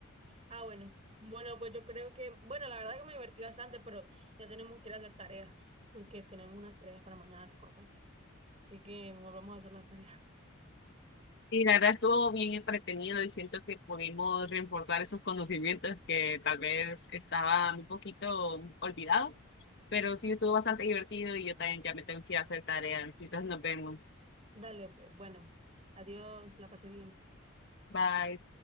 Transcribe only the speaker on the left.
Y la verdad estuvo bien entretenido y siento que pudimos reforzar esos conocimientos que tal vez estaban un poquito olvidados, pero sí estuvo bastante divertido y yo también ya me tengo que ir a hacer tarea. Entonces nos vemos.
Bye.